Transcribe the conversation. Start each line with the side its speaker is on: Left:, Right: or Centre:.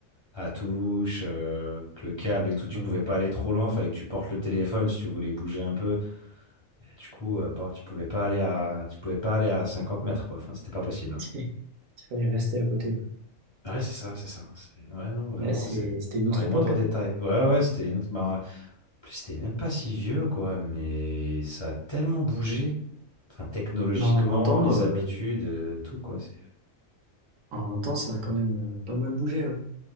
Left: à touche, euh, que le câble et tout, tu
Right: Mm.
Left: pouvais pas aller trop loin, fallait que tu portes le téléphone si tu voulais bouger un peu. Du coup, euh, bon, tu pouvais pas aller à, tu pouvais pas aller à 50 mètres, quoi. Enfin, c'était pas possible. hein.
Right: <laughs> Il fallait rester à côté. Ouais,
Left: Ouais, c'est ça, c'est ça. C'est- Ouais, non, vraiment,
Right: Ouais, c'est,
Left: c'est
Right: c'était une
Left: dans
Right: autre
Left: les
Right: époque.
Left: moindres
Right: hein.
Left: détails. Ouais, ouais, ouais, c'était une autre. bah, en plus, c'était même pas si vieux, quoi. Mais ça a tellement bougé. Enfin, technologiquement,
Right: Ben, en vingt ans,
Left: les
Right: euh,
Left: habitudes, euh, tout, quoi. c'est-
Right: en vingt ans, ça a quand même euh, pas mal bougé. Ouais.